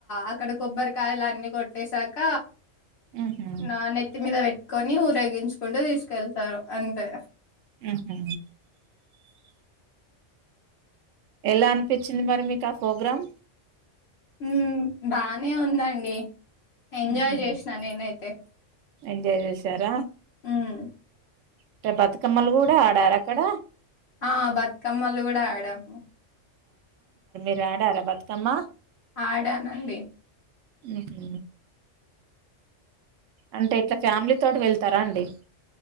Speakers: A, on the left; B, on the right.
A: అక్కడ కొబ్బరికాయలు అన్ని కొట్టే సాక.
B: ఉహు
A: నా నెత్తి మీద వెట్టుకొని ఊరేగించుకుంటు తీసుకెళ్తారు అంతే
B: ఉహు. ఏలా అనిపించింది మరి మీకు ఆ ప్రోగ్రాం.
A: ఉమ్ బానే ఉందండి ఎంజాయ్
B: ఉహు
A: జెసినా నినైతే.
B: ఎంజాయ్ జెసారా.
A: ఉమ్.
B: అంటే బతుకమ్మలు గూడా ఆడార అక్కడ.
A: ఆ బతుకమ్మలు గూడా ఆడాము.
B: మి రాడారా బతుకమ్మ.
A: ఆడానండి.
B: ఉహు అంటే ఇట్లా ఫ్యామిలీ తోటి వెళ్తారా అండి.